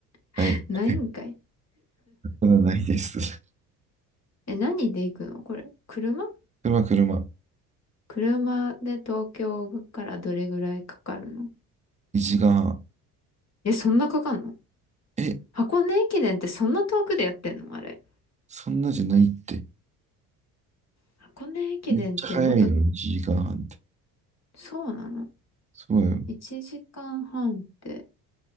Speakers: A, on the left (about 35°); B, on the right (about 15°).
A: <laughs>
B: <laughs> はい。
A: ないんかい。
B: そんなないです。
A: え、何で行くのこれ。車
B: 車、車。
A: 車で東京からどれぐらいかかるの
B: 1時間半。
A: え、そんなかかんの
B: え、ん
A: 箱根駅伝ってそんな遠くでやってんのあれ。
B: そんなじゃないって。
A: 箱根駅伝ってもっと、
B: めっちゃ早いよ、1時間半って。
A: そうなの
B: そうよ。
A: ?1 時間半って。